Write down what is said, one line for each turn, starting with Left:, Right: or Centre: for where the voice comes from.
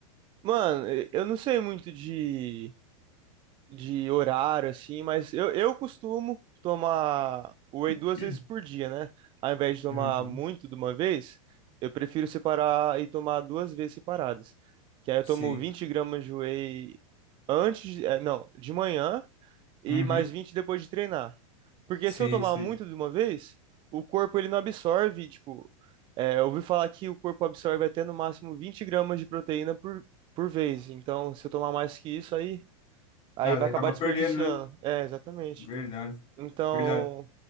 Right: Mano, e- eu não sei muito de de horário, assim, mas eu, eu costumo tomar whey duas
Left: <clears throat>
Right: vezes por dia, né? Ao invés de tomar
Left: Uhum.
Right: muito de uma vez, eu prefiro separar e tomar duas vezes separadas. Que aí eu
Left: Sei.
Right: tomo 20 gramas de whey antes, de- eh, não, de manhã e
Left: Uhum.
Right: mais 20 depois de treinar. Porque
Left: Sei,
Right: se eu tomar
Left: sei.
Right: muito de uma vez, o corpo ele não absorve, tipo, eh, eu ouvi falar que o corpo absorve até no máximo 20 gramas de proteína por, por vez. Então, se eu tomar mais que isso, aí Aí
Left: Ah,
Right: vai
Left: daí
Right: acabar
Left: acaba
Right: desperdiçando.
Left: perdendo, né?
Right: É, exatamente.
Left: Verdade.
Right: Então,
Left: Verdade.